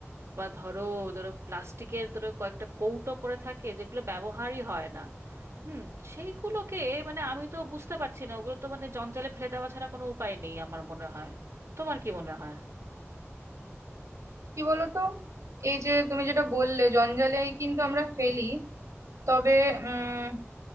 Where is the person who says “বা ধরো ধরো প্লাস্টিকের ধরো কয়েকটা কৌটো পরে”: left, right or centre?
Right